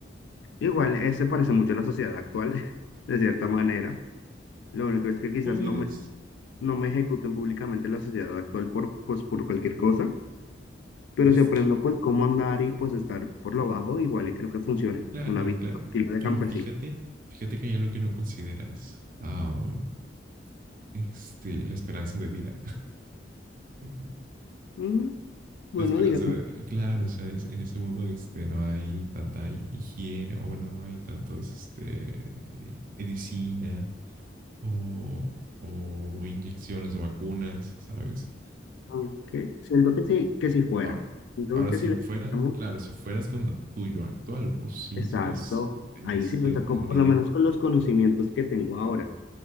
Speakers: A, on the left; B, on the right.
A: Igual, eh, se parece mucho a la sociedad actual, <laughs> de cierta manera. Lo único es que quizás
B: Pues,
A: no me, no me ejecuten públicamente la sociedad actual por, pues, por cualquier cosa, pero
B: es
A: si aprendo
B: que,
A: pues cómo andar y pues estar por lo bajo, igual y creo que funcione.
B: claro,
A: Una vida
B: claro.
A: tranquila de
B: Pero
A: campesino.
B: fíjate, fíjate que hay algo que no consideras. Um, este, la esperanza de vida. <laughs>
A: Mm, bueno,
B: La esperanza
A: digamos,
B: de, claro, o sea, es- en ese mundo este, no hay tanta hi- higiene, o bueno, no hay tantos este, medicina o, o inyecciones o vacunas, ¿sabes?
A: aunque siento que sí, que si fuera.
B: Ahora,
A: Siento
B: ahora
A: que
B: si
A: si la
B: fuera,
A: quitamos,
B: y claro, si fueras con lo tuyo actual, pues sí,
A: exacto.
B: serías, tenías
A: Ahí sí,
B: cierta
A: o sea, con-
B: inmunidad,
A: por lo menos con los conocimientos que tengo ahora.